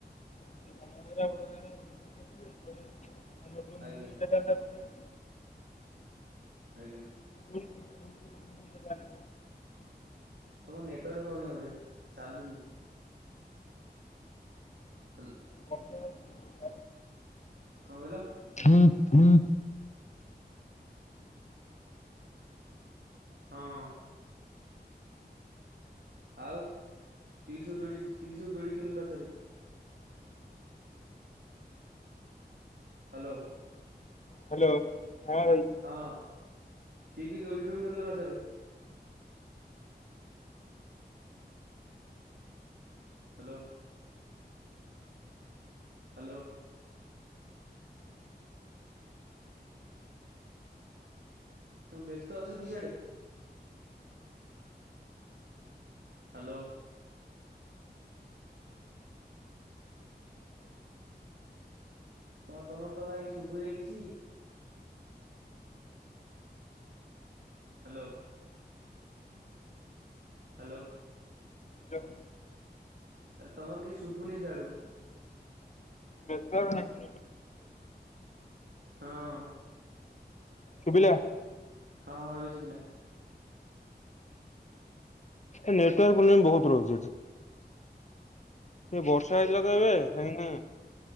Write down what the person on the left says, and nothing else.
ବୁଝା
<unintelligible>
ହୁଁ ହୁଁ ହୁଁ
<inaudible>
ହୁଁ ହୁଁ।
ହ୍ୟାଲୋ, ହଁ ଭାଇ।
ଚୋପ୍।
ନେଟୱାର୍କ ନାହିଁ।
ଶୁଭିଲା।
ଏ ନେଟୱାର୍କ ପ୍ରୋବ୍ଲେମ୍ ବହୁତ ରହୁଚି ଏଠି। ସେ ବର୍ଷା ହେଇଥିଲା ତ
ଏବେ ହେନେ।